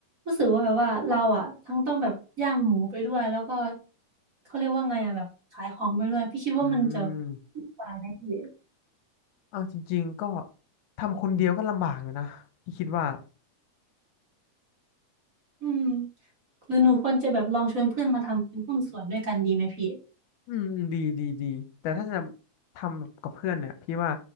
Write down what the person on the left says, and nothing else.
อืม
เอาจริงๆก็ทำคนเดียวก็ลำบากอยู่นะพี่คิดว่า
อืมอืมดีดีดีแต่ถ้าจะทำกับเพื่อนเนี่ยพี่ว่า